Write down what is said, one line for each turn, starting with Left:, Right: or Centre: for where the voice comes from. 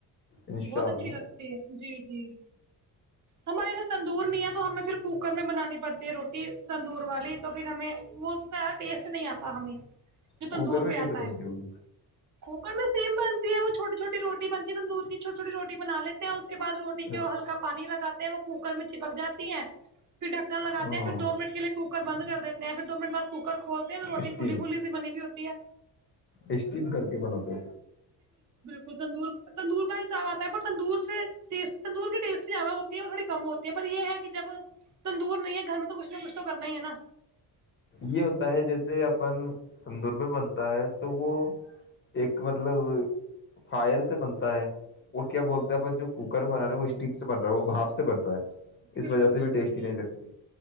Left: انشاء
Right: بہت
Left: اللہ
Right: اچھی لگتی ہے جی جی ہمارے یہھر تندور میں ہے تو ہمیں پھر کوکر میں بنانی پڑتی ہے روٹی تندور والی تو پھر ہمیں وہ ٹیسٹ نہیں آتا ہمیں جو تندور
Left: کوکر میں
Right: پہ
Left: کیسے
Right: آتا
Left: بنتی
Right: ہے
Left: ہوگی
Right: کھوپر میں سم بن ہے وہ چھوٹی چھوٹی روٹی بنتی تندور کی چھوٹی چھوٹی روٹی بنا لیتے ہیں اس کے بد روٹی کے
Left: اچھا،
Right: ہلکا پانی لگے ہیں وہ کوکر میں چپک جاتی ہے پھر ڈکن لگاتے
Left: ہاں
Right: ہیں پھر دو منٹ کے لیے کوکر بند کر دیتے ہیں پھر دو منٹ بد کوکر کھول نہیں تو روٹی
Left: اسٹیم
Right: کھلی کلی کی بنی بھی ہوتی ہے
Left: اسٹیم کر کے بنا تو
Right: ک تندور تندور کا حساب آتا ہے پر تندور سےٹی تندور کی ٹیسٹ زیادہ ہوتی ہے اور تھوڑی کم ہوتی ہے پر یہ ہے کہ جب تندور نہیں ہے گھر میں تو کچھ نہ کچھ تو کرنا ہی ہے نا
Left: یہ ہوتا ہے جیسے اپن تندور میں بنتا ہے تو وہ ایک مطلب فائر سے بنتا ہے اور کیا بولتا ہے اپن جو کوکر بنا رہا وہ اسٹیم سے بن رہا ہے وہ باپ سے بن رہا ہے اس
Right: بالکل
Left: وجہ سے
Right: بالکل
Left: بھی ٹیسٹی نہیں لگتی